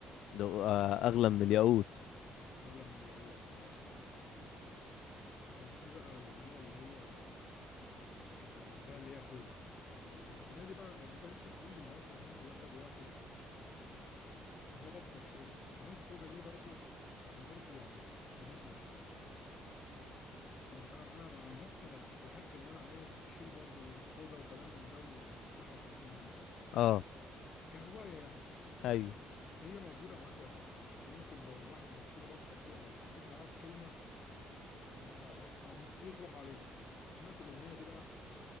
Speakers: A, on the left (about 80°); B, on the left (about 55°).
A: لو- آه، اغلى
B: اللي
A: من
B: هو
A: الياقوت
B: أغلى من الياقوت اه وكان في بقى الاغنيه اللي هي كنت بحبها اللي هي خوجه الاغنيه دي بقى يعني انت لسه بتقول لي اللي هو الكومنت ده فاد واحد ان هو بطل شرب اغنيه خوجه دي برضو انا برضو يعني فادتني شويه كنت انا انا عن نفسي انا كنت بحب ان انا ايه اشيل برضو خوجه وكلام من ده والاسلحه والحاجات من دي
A: اه
B: كهوايه يعني
A: ايوه
B: بس هي موجوده معاك يا خطأ كنت ممكن لو واحد بص لي بصه كده او شديت معاه في كلمه إيه، أ- أ- أ- ايدي تروح عليها سمعت الاغنيه دي بقى